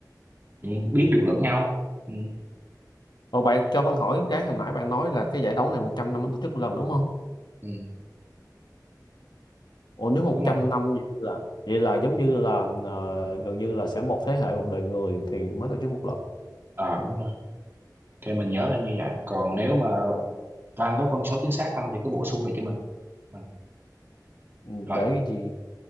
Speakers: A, on the right (about 30°); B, on the left (about 80°).
A: ừ, biết được lẫn nhau ừ,
B: Ồ bạn cho Văn hỏi cái hồi nãy bạn nói là cái giải đấu này 100 năm mới tổ chức một lần đúng không?
A: ừ,
B: Ồ nếu một
A: đúng
B: trăm
A: rồi
B: năm vậy là vậy là giống như là ờ, gần như là sẽ một thế hệ một đời người thì mới tổ chức một lần.
A: à, đúng rồi thì mình nhớ là như vậy còn nếu mà Văn có con số chính xác không thì cứ bổ sung lại cho mình ừ.
B: Ừ,
A: rồi
B: Để cái gì